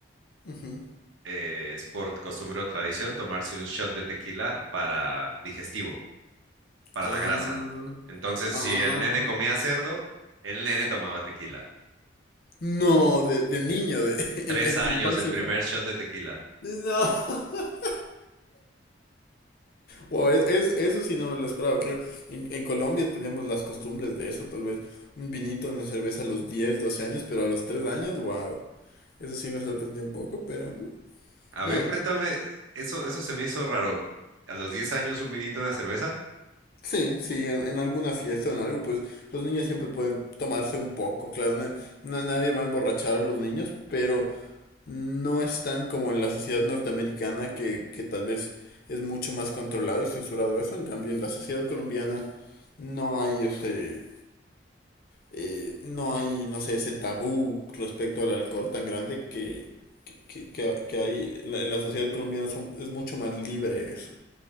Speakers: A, on the left (about 50°); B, on the right (about 80°).
A: ujú.
B: eh, es por costumbre o tradición tomarse un shot de tequila para digestivo, para
A: Ah,
B: la grasa. Entonces,
A: ah.
B: si el nene comía cerdo, el nene tomaba tequila.
A: No, de, de niño, de, <laughs>
B: Tres
A: en, en
B: años,
A: tu infancia.
B: el primer
A: infa-
B: shot de tequila.
A: No. <laughs> Wow, es, es- eso sí no me lo esperaba, claro. En, en Colombia tenemos las costumbres de eso, tal vez. Un vinito, una cerveza a los 10 12 años, pero a los 3 años, wow. Eso sí me sorprendió un poco, pero... mm,
B: A
A: no,
B: ver, cuéntame, eso, eso se me hizo raro. A los diez años, un vinito, una cerveza.
A: sí, sí, en, en alguna fiesta o en algo, pues los niños siempre pueden tomarse un poco, claro. na- na- nadie va a emborrachar a los niños, pero no están como en la sociedad norteamericana que, que tal vez es mucho más controlado y censurado eso. En cambio, en la sociedad colombiana no hay este, eh, no hay, no sé, ese tabú respecto al alcohol tan grande que, que, que- que hay en la, en la sociedad colombiana som- es mucho más libre eso.